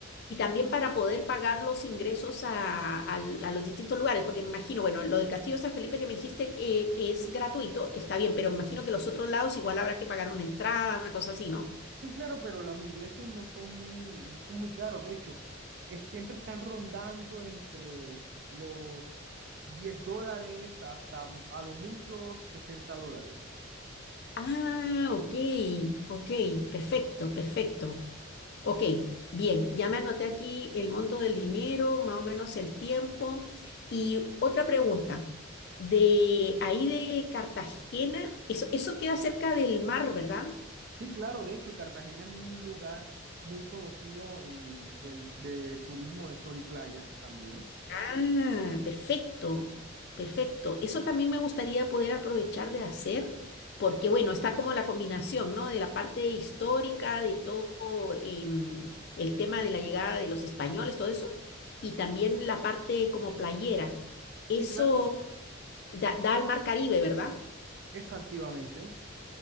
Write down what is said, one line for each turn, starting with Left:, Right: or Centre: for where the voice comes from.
Left: y también para poder pagar los ingresos a, al- a los distintos lugares, porque me imagino, bueno, lo del Castillo de San Felipe que me dijiste que es gratuito, está bien, pero me imagino que los otros lados igual habrá que pagar una entrada, una cosa así, ¿no?
Right: Sí, claro, pero los ingresos no son muy, no son muy caros. De hecho, es- siempre están rondando entre los 10 dólares hasta m- a lo mucho 60 dólares.
Left: Ah, ok, ok, perfecto, perfecto. Ok, bien, ya me anoté aquí el monto del dinero, más o menos el tiempo. Y otra pregunta, de ahí de Cartagena, eso, eso queda cerca del mar, ¿verdad?
Right: Sí, claro, de hecho, Cartagena es un lugar muy conocido en, del, de turismo de sol y playa también.
Left: Ah, perfecto, perfecto. Eso también me gustaría poder aprovechar de hacer, porque bueno, está como la combinación, ¿no? De la parte histórica, de todo em, el tema de la llegada de los españoles, todo eso, y también la parte como playera. Eso
Right: Sí, claro,
Left: da, da al mar Caribe, ¿verdad?
Right: exactamente.